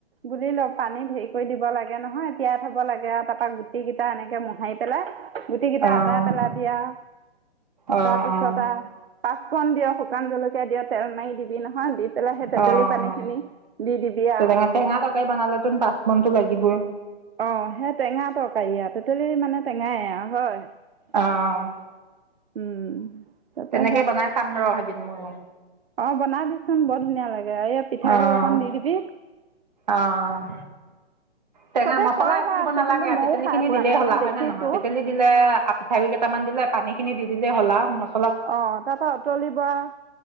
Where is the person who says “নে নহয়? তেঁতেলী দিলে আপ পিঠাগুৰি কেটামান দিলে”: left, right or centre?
Right